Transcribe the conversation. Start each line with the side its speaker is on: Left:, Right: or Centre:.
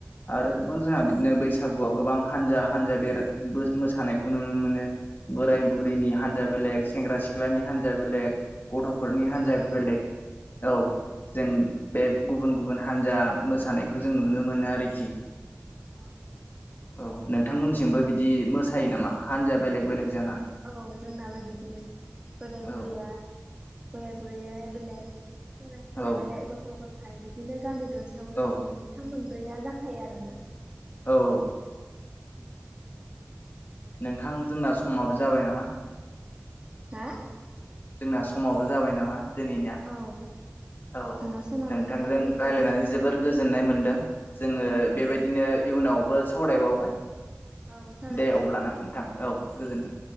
Left: आरो गोबां जोंहा बिदिनो बैसागुआव गोबां हानजा हानजा बेराय मोसानायखौ नुनो मोनो। बोराय बुरैनि
Right: औ
Left: हान्जा बेलेग सेंग्रा सिख सिख्लानि हान्जा
Right: औ
Left: बेलेग गथ'फोरनि हान्जाया
Right: गथ' गथ
Left: बेलेग औ जों बे गुबुन गुबुन हान्जा मोसानायखौ जों नुनो मोनो आरोखि।
Right: औ।
Left: औ नोंथांमोनसिमबो बिदि मोसायो नामा हानजाया बेलेग
Right: औ
Left: बेलेग
Right: जों
Left: जानानै?
Right: औ जोंनाबो बिदिनो बोराय
Left: औ
Right: बुरया बोराय बुरैया बेलेग। सेंग्रा सिख्ला
Left: औ
Right: बेलेग गथ' गथाय बिदिनो गामि दसेयावनो
Left: औ
Right: मोनथाम मोनब्रैया जाखायो आरो ना।
Left: औ औ।
Right: उम।
Left: नोंथां जोंना समाबो जाबाय नामा।
Right: हा।
Left: जोंना समावबो जाबाय नामा। दिनैनाा
Right: औ
Left: औ
Right: जोंना समाबो
Left: नोंथांजों
Right: जाबाय दोनथ'लायनोसै
Left: रायज्लायनानै जोबोर। गोजोननाय मोन्दों जोङो
Right: औ
Left: बेबायदिनो इयुनावबो सावरायबावगोन।
Right: औ सावरायबाय
Left: दे अब्लाना नोंथां औ गोजोन्थों।